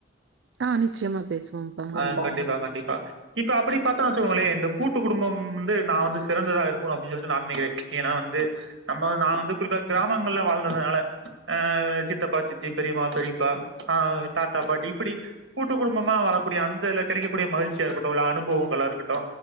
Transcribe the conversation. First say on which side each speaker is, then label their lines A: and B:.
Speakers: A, on the right (about 70°); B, on the right (about 85°).
A: ஆ நிச்சயமா பேசுவோம்ப்பா.
B: ஆ கண்டிப்பா கண்டிப்பா இப்ப அப்பிடி பாத்தன்னு வச்சுக்கோங்களே இந்த கூட்டு குடும்பம் வந்து நா வந்து சிறந்ததா இருக்கு அப்டின் சொல்ட்டு நா நெனைக்கிறே. ஏன்னா வந்து நம்ம நா வந்து குறிப்பா கிராமங்கள்ல வாழ்ந்ததுனால ஆ ஆ சித்தப்பா சித்தி பெரியம்மா பெரியப்பா ஆ தாத்தா பாட்டி இப்பிடி கூட்டு குடும்பமா வாழக்கூடிய அந்த இதுல கெடைக்கக்கூடிய மகிழ்ச்சியா இருக்கட்டு இல்ல அனுபவங்களா இருக்கட்டு